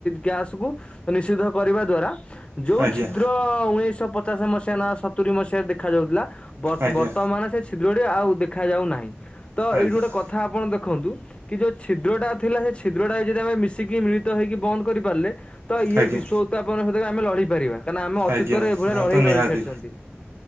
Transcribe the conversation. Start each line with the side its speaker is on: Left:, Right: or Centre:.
Left: ଗ୍ୟାସ କୁ ନିଷିଧ କରିବା ଦ୍ଵାରା ଯୋଉ
Right: ଆଜ୍ଞା
Left: ଛିଦ୍ର ଉଣେଇଶହ ପଚାଶ ମସିହା ନା ସତୁରି ମସିହା ଦେଖ ଦେଖା ଯାଉଥିଲା
Right: ଆଜ୍ଞା
Left: ବର୍ତ୍ତମାନ ସେ ଛିଦ୍ର ଆଉ ଦେଖା ଯାଉ ନାହିଁ, ତ
Right: ଆଜ୍ଞା
Left: ଏଇଠି ଗୋଟେ କଥା କଥା ଆପଣ ଦେ ଦେଖନ୍ତୁ କି ଯୋଉ ଛିଦ୍ର ଟା ଥିଲା ସେ ଛିଦ୍ରଟା ଯଦି ଆମେ ମିଶିକି ମିଳିତ ହେଇକି ବନ୍ଦ କରି ପାରିଲେ ତ ଇଏ
Right: ଆଜ୍ଞା
Left: ବିଶ୍ୱ ଉତ୍ପନ ସହିତା ଆମେ ଲଢେଇ ପାରିବା କାରଣ ନା ଆମେ ଅତିତରେ
Right: ଆଜ୍ଞା
Left: ଏଭଳି
Right: ଏହା
Left: ଲଢେଇ
Right: ତ
Left: ଲଢି
Right: ନିହାତି
Left: ସାରିଚନ୍ତି।